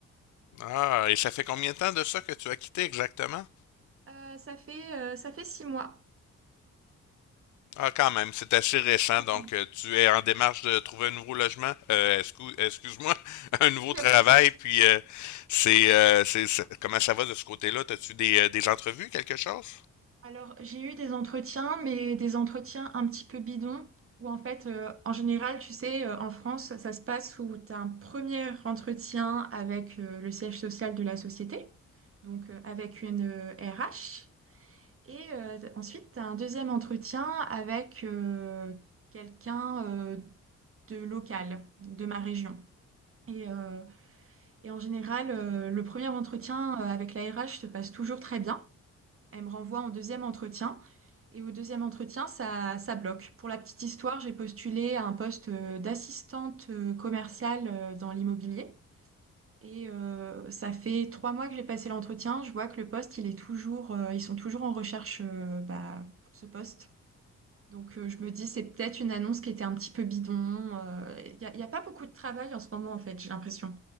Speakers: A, on the left; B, on the right.
A: Ah, et ça fait combien de temps de ça que tu as quitté exactement?
B: Euh, ça fait, euh, ça fait six mois.
A: Ah, quand même, c'est assez récent,
B: Il
A: donc euh, tu es en démarche de trouver un nouveau logement, euh, excuse, excuse-moi, <laughs> un nouveau
B: n'y
A: travail,
B: a pas de souci.
A: puis euh, c'est, euh, c'est, c'est- comment ça va de ce côté-là? T'as-tu des, euh, des entrevues, quelque chose?
B: Alors, j'ai eu des entretiens, mais des entretiens un petit peu bidons, où en fait, euh, en général, tu sais, euh, en France, ça se passe où tu as un premier entretien avec euh, le siège social de la société. donc euh, avec une euh, RH. Et euh, ensuite, tu as un deuxième entretien avec euh, quelqu'un euh, de local, de ma région. Et, euh, et en général, euh, le premier entretien euh, avec la RH se passe toujours très bien. Elle me renvoie en deuxième entretien. Et au deuxième entretien, ça, ça bloque. Pour la petite histoire, j'ai postulé à un poste euh, d'assistante euh, commerciale euh, dans l'immobilier. Et euh, ça fait trois mois que j'ai passé l'entretien. Je vois que le poste, il est toujours, euh, ils sont toujours en recherche euh, bah, pour ce poste. Donc euh, je me dis, c'est peut-être une annonce qui était un petit peu bidon. euh, Il n'y a, il y a pas beaucoup de travail en ce moment, en fait, j'ai l'impression.